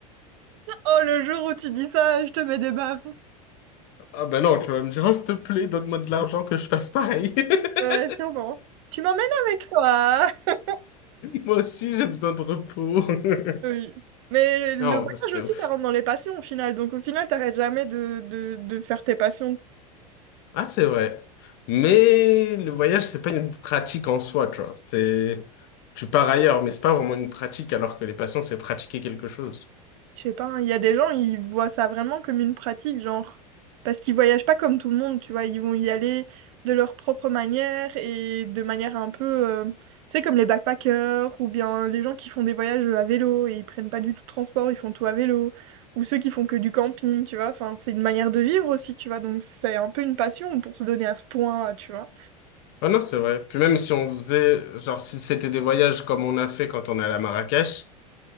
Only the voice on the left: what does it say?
Ah bah non tu vas me dire oh, s'il te plaît donne-moi de l'argent que je fasse pareil. <laughs>
Moi aussi j'ai besoin de repos. <laughs>
Non
ce serait
Ah, c'est vrai. Mais le voyage, c'est pas une pratique en soi, tu vois. C'est, tu pars ailleurs, mais c'est pas vraiment une pratique, alors que les passions, c'est pratiquer quelque chose.
Ah non, c'est vrai. Puis même si on faisait, genre, si c'était des voyages comme on a fait quand on est allé à Marrakech,